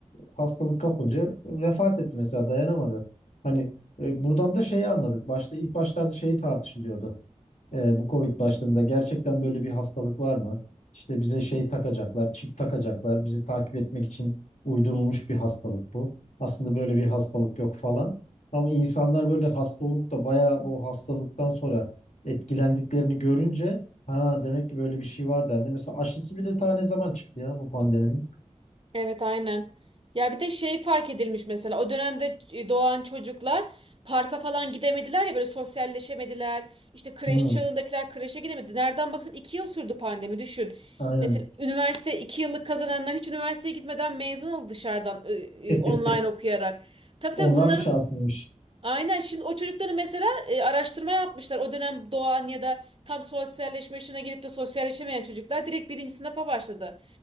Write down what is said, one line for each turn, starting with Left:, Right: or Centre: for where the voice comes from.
Left: hastalık kapınca vefat etti mesela dayanamadı. Hani e, buradan da şeyi anladık. Başta ilk başlarda şeyi tartışılıyordu. E, bu Covid başladığında gerçekten böyle bir hastalık var mı? İşte bize şey takacaklar, çip takacaklar. Bizi takip etmek için uydurulmuş bir hastalık bu. Aslında böyle bir hastalık yok falan. Ama insanlar böyle hasta olup da bayağı bu hastalıktan sonra etkilendiklerini görünce ha demek ki böyle bir şey var dendi. Mesela aşısı bir de tane zaman çıktı ya bu pandeminin.
Right: Evet aynen. Ya bir de şey fark edilmiş mesela o dönemde e, doğan çocuklar parka falan gidemediler ya böyle sosyalleşemediler. İşte kreş
Left: Hı,
Right: çağındakiler kreşe gidemedi. Nereden baksan iki yıl sürdü pandemi düşün.
Left: aynen.
Right: Mesela üniversite iki yıllık kazananlar hiç üniversiteye gitmeden mezun oldu dışarıdan e, e,
Left: <laughs>
Right: online okuyarak. Tabii
Left: Onlar
Right: tabii bunların
Left: da şanslıymış.
Right: Aynen şimdi o çocukları mesela e, araştırma yapmışlar. O dönem doğan ya da tam sosyalleşme yaşına gelip de sosyalleşemeyen çocuklar direkt birinci sınıfa başladı.